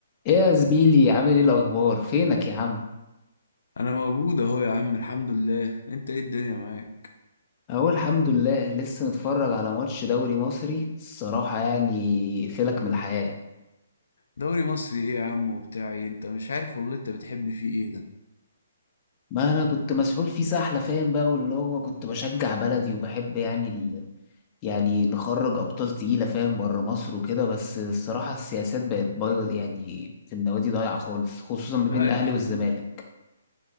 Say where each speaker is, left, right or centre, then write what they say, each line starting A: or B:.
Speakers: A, on the left; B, on the left.
A: ايه يا زميلي عامل ايه الاخبار فينك يا عم
B: انا موجود اهو يا عم الحمد لله انت ايه الدنيا معاك
A: اقول الحمد لله لسه متفرج على ماتش دوري مصري الصراحه يعني يقفلك من الحياه
B: دوري مصري ايه يا عم وبتاع ايه انت مش عارف والله انت بتحب فيه ايه ده
A: ما انا كنت مسحول فيه سحله فاهم بقى واللي هو كنت بشجع بلدي وبحب يعني ال... يعني نخرج ابطال تقيله فاهم بره مصر وكده بس الصراحه السياسات بقت بايظ يعني في النوادي ضايعه خالص خصوصا ما
B: لا
A: بين الاهلي
B: يا عم
A: والزمالك